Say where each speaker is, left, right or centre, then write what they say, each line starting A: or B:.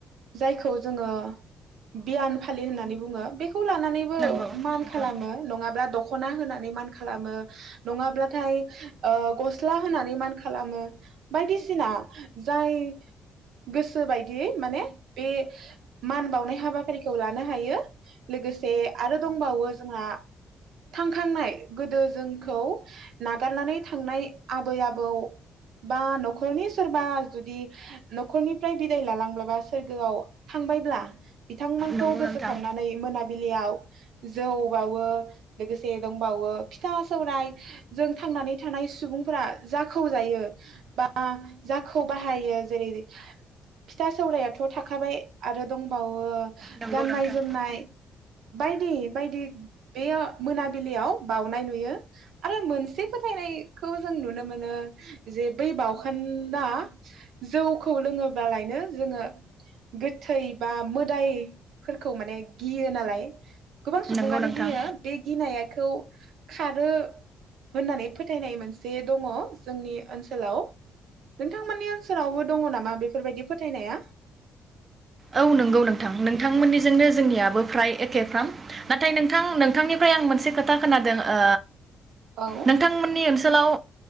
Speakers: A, on the right (about 75°); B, on the right (about 35°).
A: जायखौ जोङो बियान फालि होननानै बुङो। बे खौ लानानैबो
B: नंगौ
A: मान
B: नोंथां
A: खालामो नङा ब्ला दख'ना होनानै मान खालामो नङाब्लाथाय ओ गस्ला होनानै मान खालामो बायदिसिना जाय गोसो बायदि माने बे मान बावनाय हाबाफारिखौ लानो हायो। लोगोसे आरो दंबावो जोंहा थांखांनाय गोदो जोंखौ नागारनानै थांनाय आबै आबौ बा न'खरनि सोरबा जुदि न'खरनिफ्राय बिदाय लालांबायबा सोरगोआव थांबायब्ला बिथांमोनखौ
B: नंगौ
A: गोसोखांनानै
B: नोंथां
A: मोना मोनाबिलियाव जौ बावो लोगोसे दंबावो फिथा सौराय जों थांनानै थानाय सुबुंफोरा जाखौ जायो बा जाखौ बाहायो जेरै फिथा सौरायाथ' थाखाबाय आरो दंबावो
B: नंगौ
A: गाननाय
B: नोंथां
A: जोमनाय बायदि बायदि बेयाव मोनाबिलियाव बाउनाय नुयो आरो मोनसे फोथायनायखौ जों नुनो मोनो जे बै बावखोन्दा जौ खौ लोङोब्लालायनो जोङो गोथै बा मोदायफोरखौ माने गियो नालाय। गोबां सुबुङानो
B: नंगौ नोंथां
A: गियो बे गिनाया खौ खारो होननानै फोथायनाय मोनसे दङ जोंनि ओनसोलाव नोंथांमोननि ओनसोलावबो दङ नामा बेफोरबायदि फोथायनाया?
B: औ नंगौ नोंथां नोंथांमोननिजोंनो जोंनियाबो फ्राय एखेफ्राम नाथाय नोंथां नों नोंथांनिफ्राय आं मोनसे खोथा खोनादों ओ
A: औ
B: नोंथांमोननि ओनसोलाव